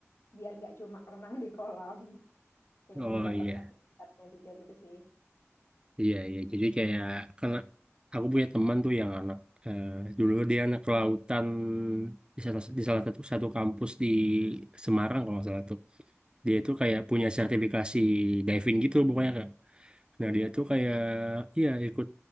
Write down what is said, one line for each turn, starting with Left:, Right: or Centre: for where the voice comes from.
Left: biar nggak cuma renang di kolam, <laughs> pengen
Right: Oh
Left: dapat
Right: iya,
Left: sertifikatnya juga gitu sih.
Right: iya iya. Jadi kayak karena aku punya teman tuh yang anak eh, dulu dia anak kelautan di salah, di salah satu satu kampus di Semarang kalau nggak salah tuh. Dia
Left: Hmm,
Right: tuh kayak punya sertifikasi diving gitu pokoknya Kak.
Left: Wih,
Right: Nah dia
Left: keren.
Right: tuh kayak iya ikut